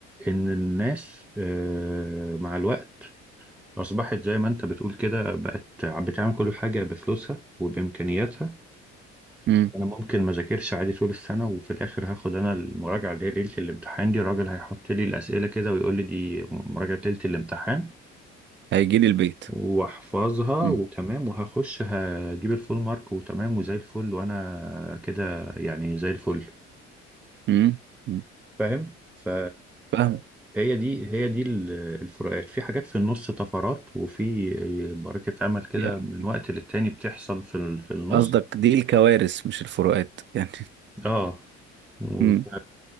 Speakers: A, in the centre; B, on the right.
A: إن الناس آه، مع الوقت أصبحت زي ما أنت بتقول كده بقت بتعمل كل حاجة بفلوسها وبإمكانياتها
B: مم.
A: انا ممكن ما ذاكرش عادي طول السنه وفي الاخر هاخد انا المراجعه اللي هي ليله الامتحان دي الراجل هيحط لي الاسئله كده ويقول لي دي مراجعه ليله الامتحان
B: هيجي لي البيت
A: واحفظها
B: مم.
A: وتمام وهخش هجيب الفول مارك وتمام وزي الفل وانا كده يعني زي الفل
B: مم. مم.
A: فاهم ف
B: فاهم
A: هي دي هي دي ال- الفروقات في حاجات في النص طفرات وفي بركه امل كده
B: يعني
A: من وقت للتاني بتحصل في ال- في النص
B: قصدك دي الكوارث مش الفروقات يعني
A: اه و-
B: مم.
A: ف-